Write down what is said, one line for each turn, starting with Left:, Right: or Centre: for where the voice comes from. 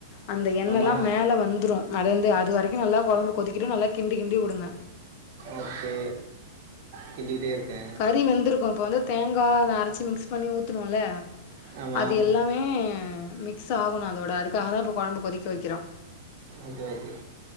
Left: அந்த எண்ணெல்லா
Right: ஆமாம்
Left: மேல வந்துரும் மெதந்து அது வரைக்கும் நல்லா கொழம்பு கொதிக்கட்டும் நல்லா கிண்டி கிண்டி உடுங்க
Right: ஓகே கிண்டிக்கிட்டே இருக்கே
Left: கறி வெந்துருக்கும் இப்ப வந்து தேங்கா அத அரச்சு மிக்ஸ் பண்ணி ஊத்துணுல
Right: ஆமாம்
Left: அது எல்லாமே மிக்ஸ் ஆகணும் அதோட அதுக்காக தா இப்ப கொழம்பு கொதிக்க வைக்கிறோ
Right: ஓகே ஓகே